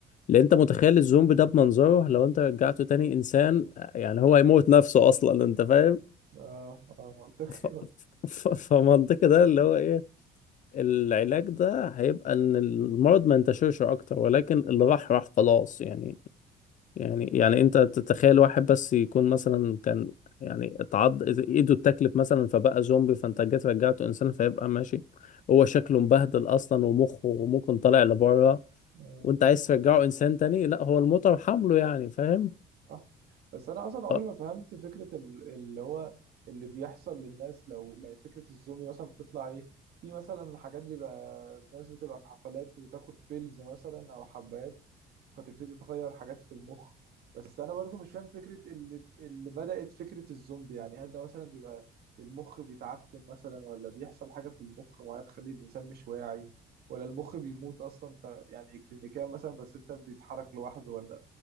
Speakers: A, on the left; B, on the right.
A: لان انت متخيل الزومبي ده بمنظره لو انت رجعته تاني انسان يعني هو هيموت نفسه اصلا انت فاهم
B: اه اه منطقي
A: ف... ف... فمنطقي ده اللي هو ايه العلاج ده هيبقى ان المرض ما ينتشرش اكتر ولكن اللي راح راح خلاص يعني يعني يعني انت تتخيل واحد بس يكون مثلا كان يعني اتعض ايده اتاكلت مثلا فبقى زومبي فانت جيت رجعته انسان فيبقى ماشي هو شكله مبهدل اصلا ومخه ممكن طالع لبره
B: <laughs>
A: وانت عايز ترجعه انسان تاني لا هو المطر حمله يعني فاهم
B: صح بس انا اصلا عمري
A: اه،
B: ما فهمت فكره ال- اللي هو اللي بيحصل للناس لو يعني فكره الزومبي مثلا بتطلع ايه في مثلا حاجات بيبقى ناس بتبقى في حفلات وتاخد بيلز مثلا او حبات فتبتدي تغير حاجات في المخ بس انا برضو مش فاهم فكره اللي, اللي بدات فكره الزومبي يعني هل ده مثلا بيبقى المخ بيتعفن مثلا ولا بيحصل حاجه في المخ معينه تخلي الانسان مش واعي ولا المخ بيموت اصلا ف- يعني كلينيكيا مثلا بس انت بتتحرك لوحده ولا